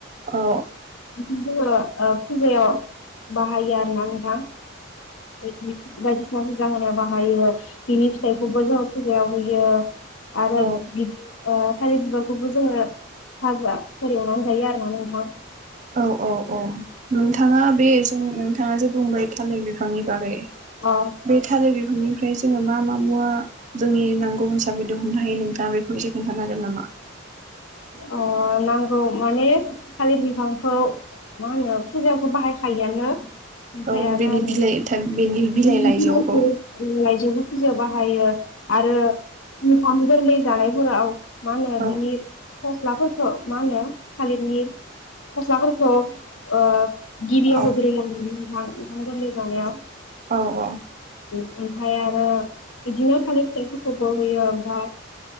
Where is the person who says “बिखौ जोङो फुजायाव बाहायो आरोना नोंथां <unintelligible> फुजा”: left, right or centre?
Left